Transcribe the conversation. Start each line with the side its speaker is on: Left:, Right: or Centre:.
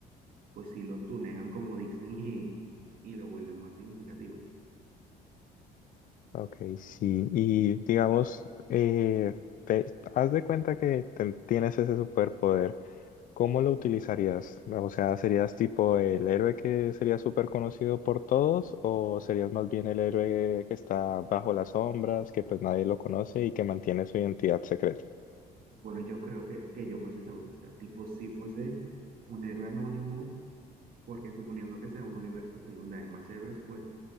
Right: pues sí lo tunean como dicen y, y lo vuelven más significativo.
Left: Ok, sí. Y digamos, eh, te, haz de cuenta que te- tienes ese superpoder. ¿Cómo lo utilizarías? O sea, ¿serías tipo el héroe que sería súper conocido por todos o serías más bien el héroe que está bajo las sombras, que pues nadie lo conoce y que mantiene su identidad secreta?
Right: Bueno, yo creo que, que yo fuese el segundo. O sea, tipo, si fuese un héroe anónimo, porque suponiendo que sea un universo así donde hay más héroes, pues